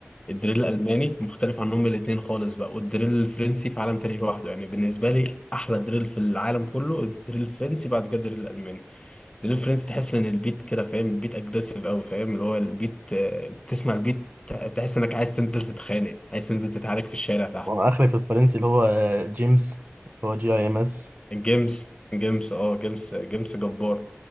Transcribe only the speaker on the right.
وانا اخري في الفرنسي اللي هو آه، جيمس اللي هو جي اي ام اس